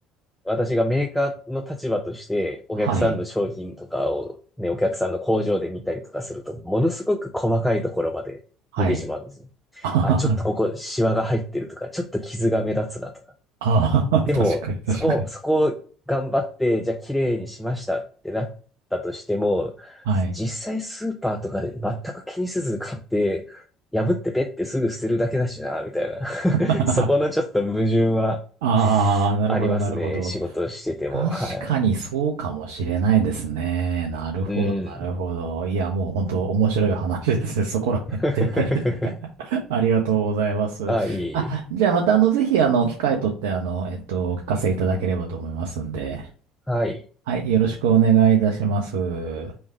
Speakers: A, in the centre; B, on the right (about 65°).
A: 私がメーカーの立場としてお客さんの商品とかをね、
B: はい。
A: お客さんの工場で見たりとかすると、ものすごく細かいところまで見てしまうんですよ。
B: はい。あー
A: あ、ちょっとここシワが入ってるとか、ちょっと傷が目立つなとか。
B: あー、
A: でも、
B: 確かに、確かに。
A: そこ、そこを頑張って、じゃあ綺麗にしましたってなったとしても、
B: はい。
A: 実際スーパーとかで全く気にせず買って、破ってペッてすぐ捨てるだけだしな、みたいな。
B: <laughs>
A: <laughs> そこのちょっと矛盾は
B: ああ、なるほど、
A: ありますね。
B: なるほど。
A: 仕事してても。
B: 確かにそうかもしれないですね。
A: はい。
B: なるほど、
A: うん。
B: なるほど。いや、もう本当面白い話ですね。そこら辺で
A: <laughs>
B: <laughs> ありがとうございます。
A: あ、いい。
B: あ、じゃあまたあの、ぜひあの、機会とってあの、えっと、お聞かせいただければと思いますんで。
A: はい。
B: はい、よろしくお願いいたします。